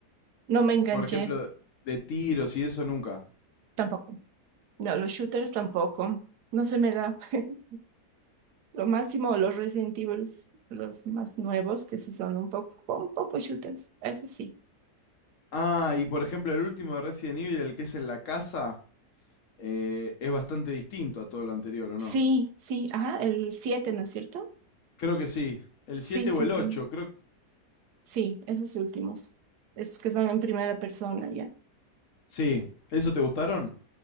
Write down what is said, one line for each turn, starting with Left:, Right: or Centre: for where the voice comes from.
Right: no me enganché,
Left: Por ejemplo, de tiros y eso nunca.
Right: tampoco. No, los shooters tampoco, no se me da. <laughs> Lo máximo, los Resident Evils, los más nuevos, que sí son un poco, un poco shooters, eso sí.
Left: Ah, y por ejemplo, el último de Resident Evil, el que es en la casa, eh, es bastante distinto a todo lo anterior, ¿o
Right: Sí,
Left: no?
Right: sí, ajá, el siete ¿no es cierto?
Left: Creo que sí. El
Right: Sí,
Left: 7
Right: sí,
Left: o el
Right: sí.
Left: ocho. creo.
Right: Sí, esos últimos. Esos que son en primera persona, ya.
Left: Sí. ¿Eso te gustaron?